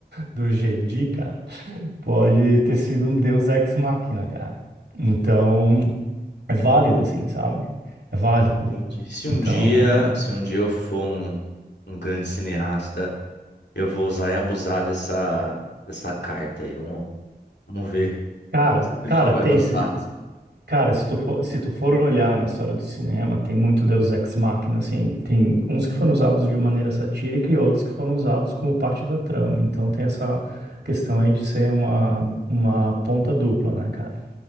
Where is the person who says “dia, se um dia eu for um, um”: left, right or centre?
Left